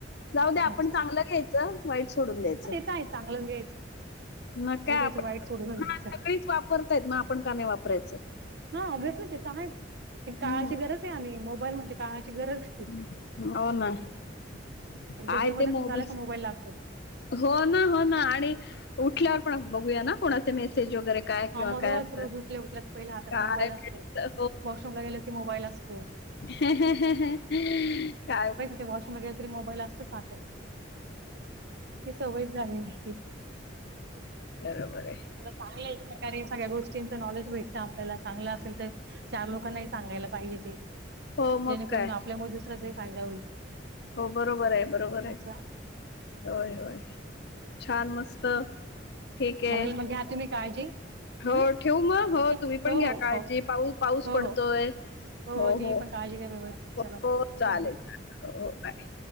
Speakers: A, on the left; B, on the right.
A: जाऊ दे आपण
B: असं
A: चांगलं घ्यायचं वाईट सोडून द्यायचं.
B: काय चांगलंच घ्यायचं.
A: मग
B: चांगलं
A: काय?
B: घ्यायचं
A: आपण
B: वाईट सोडूनच घ्यायचं
A: सगळीच वापरतायत मग आपण का नाही वापरायचं.
B: हा ओबेसली ते तर आहेच,
A: हं,
B: काळाची गरज आहे आम्ही मोबाईल म्हणजे काळाची गरज आहे.
A: हम्म हो ना काय
B: एकदा जेवण
A: ते मोबाईल.
B: असेल झालं का लागतो
A: हो ना हो ना आणि उठल्यावर पण बघूया ना कोणाचे मेसेज वगैरे. काय किंवा
B: हा मग
A: काय
B: रोज
A: असं
B: रोज उठल्या उठल्या पहिले हातात
A: काय
B: मोबाईल असतो,
A: भेटतं
B: वॉशरूमला गेल की मोबाईल असतो.
A: हेह हेह हेह काय
B: ते वॉशरूमला गेलतरी तरी मोबाईल असतो हातात, ते सवय झाले आहे.
A: बरोबर आहे.
B: जरा चांगलं आहे ना. कारे सगळ्या गोष्टींच नॉलेज भेटतं आपल्याला चांगलं असेल तर चार लोकांनाही सांगायला पाहिजे ते.
A: हो
B: जेणे
A: मग काय
B: करून आपल्या मुळे दुसऱ्याचा ही फायदा होईल.
A: हो बरोबर आहे बरोबर
B: अच्छा
A: आहे, होय होय. छान मस्त, ठीक आहे.
B: चालेल घ्या तुम्ही काळजी.
A: हो
B: हम्म
A: ठेवू मग? हो
B: ओके
A: तुम्ही पण घ्या काळजी
B: हो हो
A: पाऊ पाऊस
B: हो
A: पडतोय.
B: हो
A: हो
B: तुम्ही
A: हो
B: पण काळजी घ्या व्यवस्थित
A: हो
B: चला
A: चालेल
B: बाय बाय
A: चाले, हो बाय.